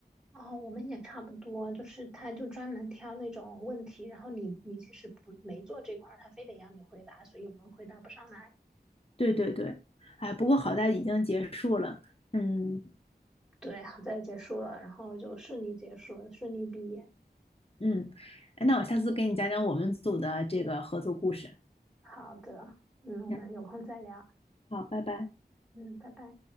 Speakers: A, in the centre; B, on the left.
A: 哦，我们也差不多，就是他就专门挑那种问题，然后你你其实不没做这块儿，他非得让你回答，所以我们回答不上来。
B: 对对对，哎，不过好在已经结束了。嗯
A: 对，好在结束了，然后就顺利结束了，顺利毕业。
B: 嗯，哎，那我下次给你讲讲我们组的这个合作故事。
A: 好的，嗯，我们有空再聊，
B: 嗯，好，拜拜。
A: 嗯，拜拜。